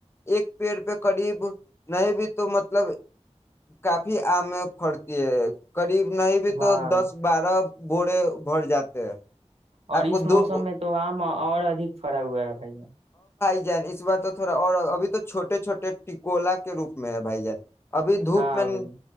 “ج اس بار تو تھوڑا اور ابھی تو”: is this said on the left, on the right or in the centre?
Left